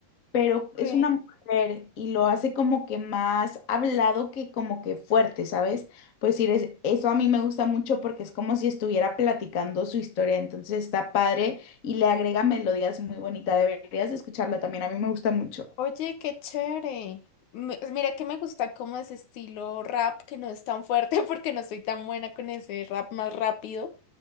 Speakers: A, on the left; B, on the left.
A: pero
B: ok.
A: es una mujer y lo hace como que más hablado que como que fuerte, ¿sabes? Pues sí, es- eso a mí me gusta mucho porque es como si estuviera platicando su historia, entonces está padre y le agrega melodías muy bonitas. Deberías de escucharla también, a mí me gusta mucho.
B: Oye, qué chévere. Me- pues mira que me gusta como ese estilo rap que no es tan fuerte <laughs> porque no soy tan buena con ese rap más rápido.